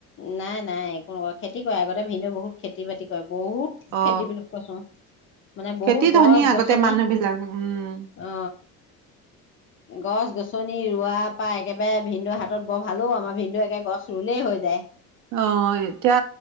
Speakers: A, on the left; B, on the right.
A: নাই নাই একো নকৰে খেতি কৰে আগতে ভিনদেউ বহুত খেতি বাতি কৰে বহুত -
B: অ
A: খেতি বুলি কৈছোং। মানে
B: খেতি
A: বহুত
B: ধনী
A: গছ
B: আগতে
A: গছনি
B: মানুহ বিলাক উম
A: অ। গছ গছ ছনি ৰোৱা পা একেবাৰে ভিনদেউ হাতত বৰ ভালোও আমাৰ ভিনদেউ একে গছ ৰুলেই হৈ যায়।
B: অ এতিয়া